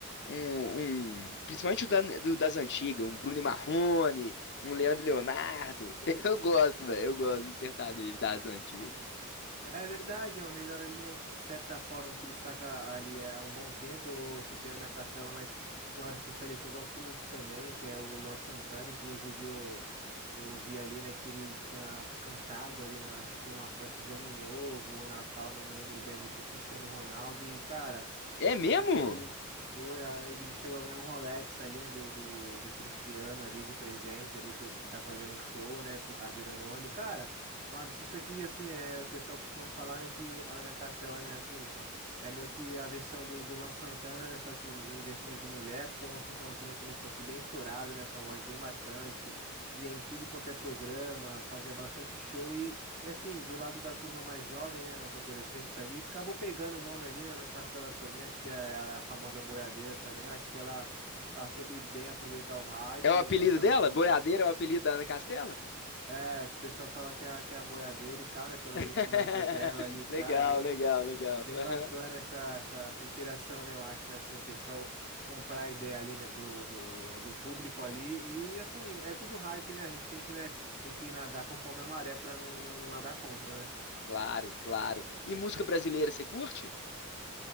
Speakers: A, on the left; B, on the right.
A: um, um- principalmente o da- do- das antigas, um Bruno e Marrone, um Leandro e Leonardo. <laughs> Eu gosto, velho, eu gosto do sertanejo das antigas.
B: É verdade, é um Generalina que de certa forma se destaca ali é, há um bom tempo. Eu citei a Ana Castela, mas tem um artista ali que eu gosto muito também, que é o Luan Santana. Inclusive, eu, eu vi ali, né, que ele tinha cantado ali na, acho que foi uma festa de Ano Novo ou Natal, não me lembro bem ali, pro Cristiano Ronaldo. E, cara.
A: É mesmo?
B: As músicas dele. Foi, a- ele chegou a ganhar um Rolex ali, né? Do, do, do Cristiano ali de presente ali, por estar fazendo um show, né? Por estar virando ONI. Cara, é um artista que, assim, é, o pessoal costuma falar, né? Que o- a Ana Castela, né, assim. É meio que a versão do, do Luan Santana, né? Só que em versão de mulher, porque o Luan Santana também começou a ser bem estourado, né? Com a voz bem marcante, ia em tudo quanto é programa, fazia bastante show e assim, do lado da turma mais jovem, né, uns adolescentes ali, acabou pegando o nome ali, né, na Castela também, acho que é a, a famosa boiadeira também, eu acho que ela, ela soube bem aproveitar o hype,
A: É o
B: e
A: apelido
B: lançava,
A: dela? Boiadeira é o apelido da Ana Castela?
B: é, o pessoal fala que é, a- que é a boiadeira e tal, né, pelas
A: <laughs>
B: vestimentas dela ali e
A: Legal,
B: tal, é bem,
A: legal, legal.
B: é bem
A: Aham.
B: bacana essa, essa, essa interação, né, eu acho, né, assim, o pessoal comprar a ideia ali, né, do, do, do público ali, e assim, é tudo hype, né, a gente tem que, né, tem que nadar conforme a maré pra não, não, não nadar contra, né.
A: Claro, claro. E música brasileira, você curte?